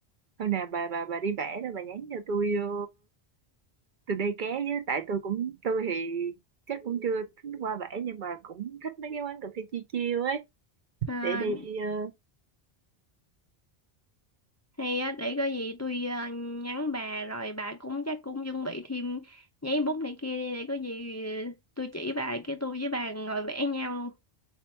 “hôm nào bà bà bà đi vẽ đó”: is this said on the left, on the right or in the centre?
Right